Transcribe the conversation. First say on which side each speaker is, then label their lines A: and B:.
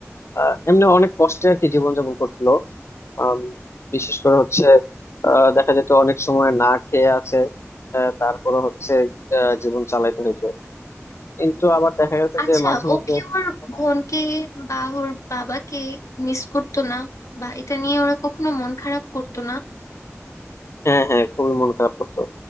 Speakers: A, on the left; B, on the left.
A: আহ, এমনি অনেক কষ্টে আর কি জীবনযাপন করছিল আম, বিশেষ করে হচ্ছে আহ, দেখা যেত অনেক সময় না খেয়ে আছে আহ, তারপরে হচ্ছে আহ, জীবন চালাইতে হতো কিন্তু আবার দেখা গেছে
B: আচ্ছা
A: যে মাঝে
B: ও
A: মধ্যে
B: কি ওর বোনকে বা ওর বাবাকে মিস করতো না বা এটা নিয়ে ওরা কখনো মন খারাপ করতো না
A: হ্যাঁ হ্যাঁ খুবই মন খারাপ করতো